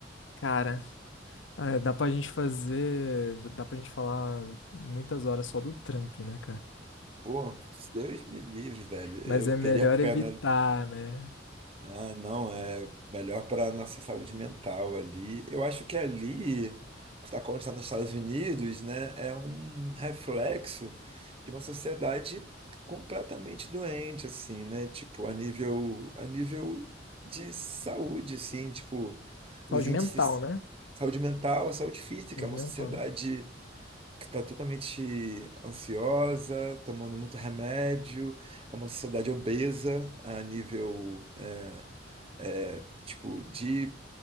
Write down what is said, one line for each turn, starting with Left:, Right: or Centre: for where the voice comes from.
Left: Cara, ah, dá pra gente fazer, dá pra gente falar muitas horas só do Trump, né,
Right: Pô, Deus me livre, velho. Eu
Left: Mas é
Right: teria
Left: melhor
Right: pena
Left: evitar, né?
Right: Ah, não, é melhor para a nossa saúde mental ali. Eu acho que ali, o que está acontecendo nos Estados Unidos, né, é um reflexo de uma sociedade completamente doente, assim, né? Tipo, a nível, a nível de saúde, assim, tipo, os
Left: Saúde
Right: índices
Left: mental, né?
Right: de saúde mental, saúde física,
Left: Saúde
Right: é uma
Left: mental.
Right: sociedade que está totalmente ansiosa, tomando muito remédio, é uma sociedade obesa a nível é, tipo, de